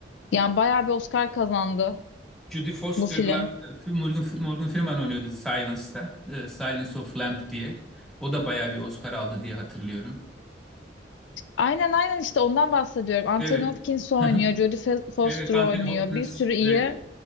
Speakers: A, on the left; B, in the centre.
A: Yani bayağı bir Oscar kazandı
B: Judy Foster'la
A: bu film.
B: e, Morgan, Morgan Freeman oynuyordu Silence'da. E, Silence of Lamb diye. O da bayağı bir Oscar aldı diye hatırlıyorum.
A: Aynen aynen işte ondan bahsediyorum. Anthony
B: Evet.
A: Hopkins oynuyor,
B: Hı hı.
A: Jodie Fe- Foster
B: Evet, Anthony
A: oynuyor.
B: Hopkins
A: Bir sürü iyi
B: ve